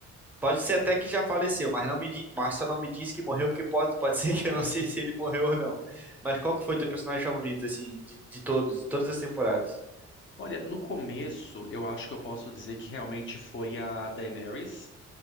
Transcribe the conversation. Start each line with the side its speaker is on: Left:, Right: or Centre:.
Centre: Pode ser até que já faleceu, mas não me, di- mas só não me disse que morreu, porque pode, pode <laughs> ser que eu não <laughs> sei se ele morreu ou não. Mas qual que foi teu personagem favorito, assim, de, de todos, de todas as temporadas?
Left: Olha, no começo, eu acho que eu posso dizer que realmente foi a Daenerys.